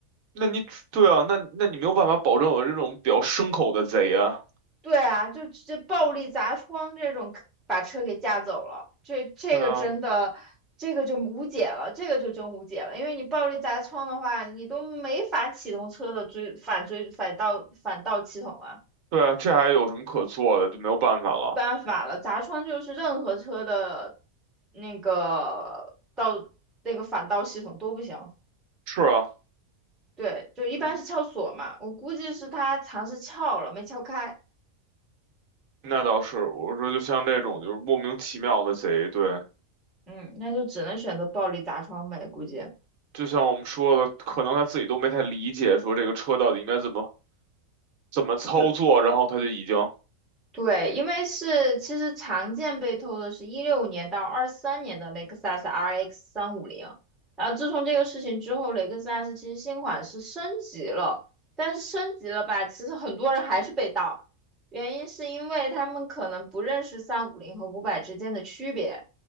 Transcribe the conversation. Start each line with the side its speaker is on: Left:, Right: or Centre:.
Right: 那你对啊，那那你没有办法保证有这种比较牲口的贼啊，
Centre: 对啊，就直接暴力砸窗这种，把车给架走了。这这个真的，
Right: 对啊，
Centre: 这个就无解了，这个就真无解了。因为你暴力砸窗的话，你都没法启动车的追反追反倒反倒系统了，
Right: 对啊，这还有什么可做的？就没有办法了。
Centre: 办法了。砸窗就是任何车的那个倒那个反倒系统都不行。
Right: 是啊，
Centre: 对，就一般是撬锁嘛，
Right: 嗯
Centre: 我估计是他尝试撬了没撬开，
Right: 那倒是，我说就像这种就是莫名其妙的贼，对，
Centre: 嗯，那就只能选择暴力砸窗呗，估计。
Right: 就像我们说的，可能他自己都没太理解，说这个车到底应该怎么怎么操作，
Centre: 就
Right: 然后他就已经，
Centre: 对，因为是其实常见被偷的是一六年到二三年的雷克萨斯 RX 三五零，然后自从这个事情之后，雷克萨斯其实新款是升级了，但是升级了吧，其实很多人还是被盗，原因是因为他们可能不认识三五零和五百之间的区别，